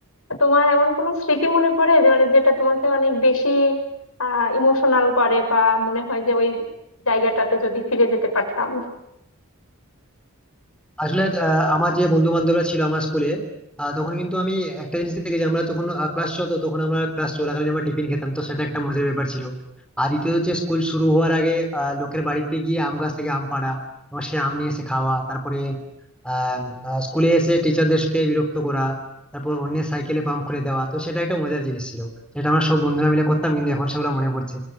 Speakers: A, on the left; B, in the centre.
A: তা তোমার এমন কোনো স্মৃতি মনে পড়ে যে মানে যেটা তোমাকে অনেক বেশি আহ ইমোশনাল করে বা মনে হয় যে ওই জায়গাটাতে যদি ফিরে যেতে পারতাম
B: আসলে আহ, আমার যে বন্ধু বান্ধবরা ছিল আমার স্কুলে তখন কিন্তু আমি একটা জিনিস দেখেছি আমরা যখন ক্লাস চলতো তখন আমরা ক্লাস চলাকালীন আমরা টিফিন খেতাম তো সেটা একটা মজার ব্যাপার ছিল আর দ্বিতীয়ত হচ্ছে স্কুল শুরু হওয়ার আগে আহ, লোকের বাড়িতে গিয়ে আম গাছ থেকে আম পাড়া এবং সে আম নিয়ে এসে খাওয়া তারপরে আহ আহ, স্কুলে এসে টিচারদেরকে বিরক্ত করা তারপর অন্যের সাইকেলে পাম্প খুলে দেওয়া তো সেটা একটা মজার জিনিস ছিল সেটা আমরা সব বন্ধুরা মিলে করতাম কিন্তু এখন সেগুলো মনে পড়ছে